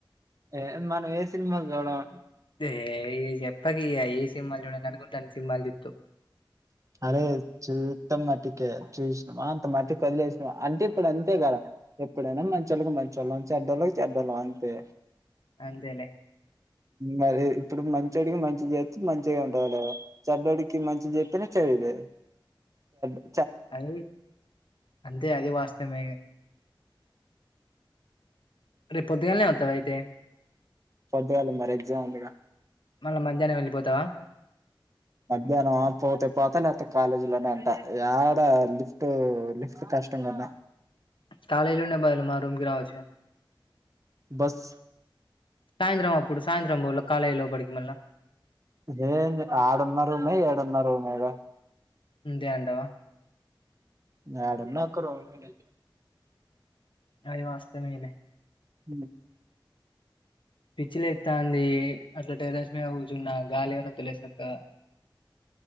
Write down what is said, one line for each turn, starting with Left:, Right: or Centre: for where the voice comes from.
Right: ఏ మనం ఏ సినిమాలు చూడము
Left: ఏ చెప్పక ఏ సినిమాలు చూడని అనుకుంటాను సినిమాలు చుత్తూ
Right: అరే చూస్తాం మట్టికే చూసినాం అంత మట్టికి వదిలేసినాం అంటే ఇప్పుడు అంతే కదా ఎప్పుడైనా మంచళ్ళకి మంచోళ్ళ చెడ్డోళ్ళకి చెడ్డోళ్ళం అంతే
Left: అంతేలే
Right: మరి ఇప్పుడు మంచోడికి మంచి చేత్తె మంచిగా ఉంటాట చెడ్డోడికి మంచి చే ఇతనే చెయిదే చె
Left: అది అంతే అది వాస్తమే రేపు పొద్దుగాల్నే వత్తవా అయితే
Right: పొద్దుగాల మరి ఎగ్జామ్ ఉందిగా
Left: మళ్ళా మధ్యాహ్నం వెళ్ళిపోతావా
Right: మధ్యాహ్నం ఆ పోతే పోత లేతే కాలేజీ లోనే అంట ఎడా లిఫ్ట్ లిఫ్ట్ క కష్టంగాద
Left: కాలేజీలుండే బాద్లు మా రూమ్కిరావచ్చుగా
Right: బస్
Left: సాయంత్రం అప్పుడు సాయంత్రం పోల కాలేయ్ లోపటికి మళ్ళా
Right: ఏంది ఆడున్నా రుమే ఏడున్నారుమేగా
Left: అంతే అంటవా
Right: యడున్నా ఒక రూమినే
Left: అది వాస్తమేలే
Right: ఉమ్
Left: పిచ్చిలేత్తంది అట్లా టెర్రస్ మీద కుచున్న గాలి గన్నత్తలేద్ సక్కగా